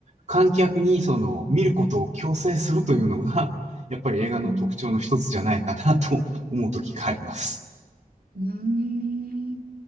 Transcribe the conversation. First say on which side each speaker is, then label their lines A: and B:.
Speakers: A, on the right; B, on the right.
A: 観客にその、見ることを強制するというのが、やっぱり映画の特徴の一つじゃないかなと思う時があります。
B: うん、うん。うーん。